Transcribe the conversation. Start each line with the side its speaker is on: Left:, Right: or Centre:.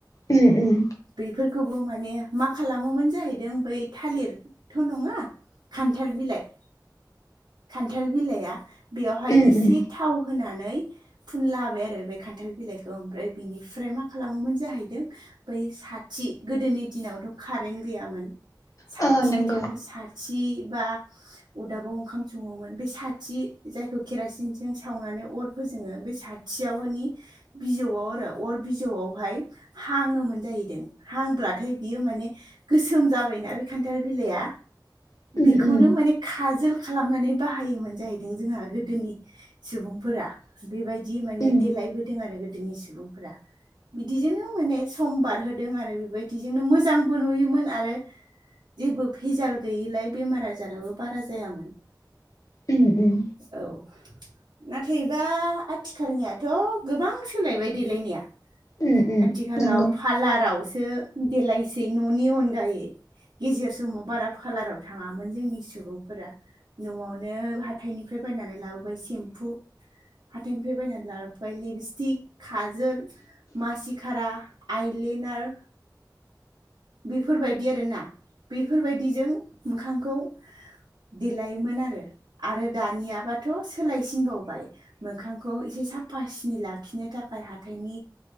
Left: उम - उम।
Right: बेफोरखौबो माने मा खालामोमोन जाहैदों बै थालिरथ' नङा खान्थाल बिलाइ खान्थाल बिलाइआ बेवहाय
Left: उम
Right: एसे
Left: उम
Right: थाव होनानै फुनला बाय आरो बे खान्थाल बिलाइखौ ओमफ्राय बिनिफ्राय मा खालामोमोन जाहैदों बै साथि गोदोनि दिनावथ' कारेन्ट गैयामोन साथि
Left: औ नंगौ
Right: साथि <unintelligible> बा अरदाबाव ओंखाम सङोमोन बे साथि जायखौ केरासिनजों सावनानै अर फोजोङो बे सा खाथियावहाय बिजौआव आरो अर बिजौआवहाय हाङोमोन जाहैदों हांब्लाथाय बियो माने गोसोम जाबायना बे खान्थाल बिलाइआ
Left: उम
Right: बेखौनो
Left: उम
Right: माने खाजोल खालामनानै बाहायोमोन जाहैदों जोंहा गोदोनि सुबुंफोरा बेबायदि दि माने
Left: उम
Right: देलायबोदों आरो गोदोनि सुबुंफोरा बिदिजोंनो माने सम बारहोदों आरो बेबायदिजोंनो मोजांबो नुयोमोन आरो जेबो फेजाल गैयिलाय बेमार आजाराबो बारा जायामोन।
Left: उम उम
Right: औ नाथायबा आथिखाल आथिखालनियाथ' गोबां सोलायबाय देलायनाया
Left: उम उम
Right: आथिखालाव
Left: नंगौ
Right: पारलारावसो देलायसै न'नि अनगायै गेजेर समाव बारा खाालाराव थाङामोन जोंनि सुबुंफोरा न'आवनो हाथथायनिफ्राय बायनानै लाबोबाय सेम्फु हाथथायनिफ्राय बायनानै लाबोबाय लिपस्टिक, खाजोल, मासिकारा आइलेनार बेफोरबायदि आरोना बेफोरबायदिजों मोखांखौ देलायोमोन आरो आरो दानियाबाथ' सोलायसिनबावबाय मोखांखौ एसे साफा सिनि लाखिनो थाखाय हाथाइनि